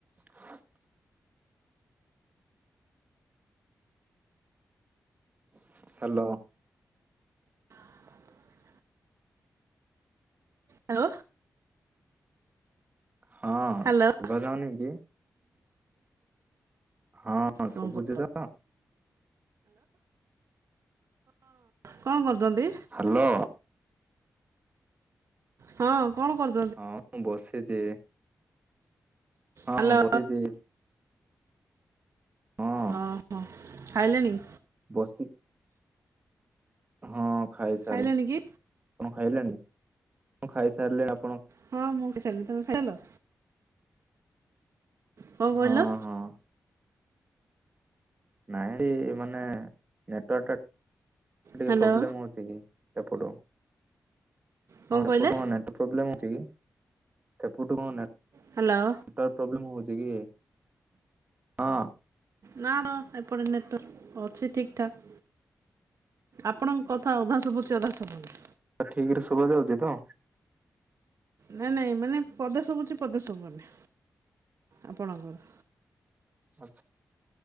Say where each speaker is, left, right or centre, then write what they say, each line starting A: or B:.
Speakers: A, on the right; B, on the right.
A: ହ <unintelligible> hello.
B: <inaudible> Hello.
A: ହଁ
B: hello.
A: ଶୁଭା
B: <inaudible>
A: ଯାଉନି କି? ହଁ
B: ହ୍ୟାଲୋ
A: ଶୁଭୁଛି
B: ହଁ
A: ତ
B: କଣ କରୁଛନ୍ତି?
A: ହ୍ୟାଲୋ।
B: ହଁ କଣ କରୁଛୁ?
A: ହଁ ମୁଁ ବସିଛି ହଁ
B: ହ୍ୟାଲୋ
A: ହଁ ବସିଛି। ହଁ।
B: ଓହ ଖାଇଲଣି?
A: ବସି ହଁ ଖାଇସାରିଲି।
B: ଖାଇଲେଣି
A: ଆପଣ
B: କି?
A: ଖାଇଲେଣି? ମୁଁ ଖାଇସାରିଲିଣି ଅପ୍
B: ହଁ ମୁଁ ଖାଇସାରିଲି ତମେ ଖାଇଲ? କଣ
A: ହଁ
B: କହିଲ?
A: ହଁ ନାଇଁ ମାନେ ନେଟୱାରଟା ଟିକେ
B: ହ୍ୟାଲୋ
A: ପ୍ରୋବ୍ଲେମ ହଉଚି କି ହେପଟୁ
B: କଣ
A: ହଁ
B: କହିଲେ?
A: ହେପଟୁ ମାନେ ପ୍ରୋବ୍ଲେମ୍ ହଉଛି କି ସେପଠୁ କଣନାଁ
B: ହ୍ୟାଲୋ।
A: ନେଟୱାର୍କ ପ୍ପ୍ରୋବ୍ଲେମ୍ ହଉଛି କି? ହଁ।
B: ନା ର ଏପଟେ ନେଟୱାର୍କ ଅଛି ଠିକ ଠାକ୍ ଆପଣଙ୍କ କ କଥା ଅଧାସୁବୁଚି ଅଧା ସୁବୁନି।
A: ଆ ଠିକରେ ଶୁବା ଯାଉଛି ତ?
B: ନାଇଁ ନାଇଁ ମାନେ ପଦେ ସୁଭୁଛି ପଦେ ଶୁଭୁନି ଆପଣଙ୍କର?
A: ଆଛା